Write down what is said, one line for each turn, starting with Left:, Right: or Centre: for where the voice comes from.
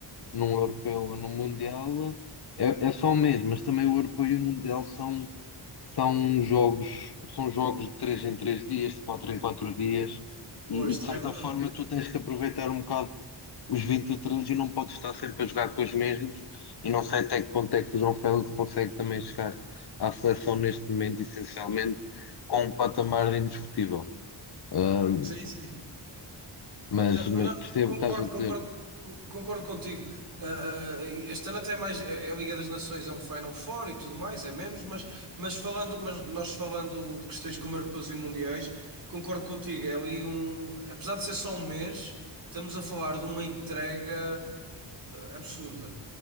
Left: num europeu ou num mundial, é, é só o mesmo, mas também o europeu e o mundial são, são jogos, são jogos de três em três dias, de quatro em quatro dias,
Right: Pois,
Left: e, e
Right: também
Left: de certa
Right: é verdade.
Left: forma tu tens que aproveitar um bocado os 23 e três e não podes estar sempre a jogar com os mesmos, e não sei até que ponto é que o João Félix consegue também chegar à seleção neste momento, essencialmente, com um patamar indiscutível. Ahm,
Right: Sim, sim.
Left: mas,
Right: Eh, Da-
Left: mas
Right: Não,
Left: percebo
Right: concordo,
Left: o que estás a
Right: concordo,
Left: dizer.
Right: con- concordo contigo. Ah, este ano até é mais é é a Liga das Nações, é um Final Four e tudo mais, é menos, mas, mas falando, mas nós falando de questões como europeus e mundiais, concordo contigo. É ali um, apesar de ser só um mês, estamos a falar de uma entrega absurda.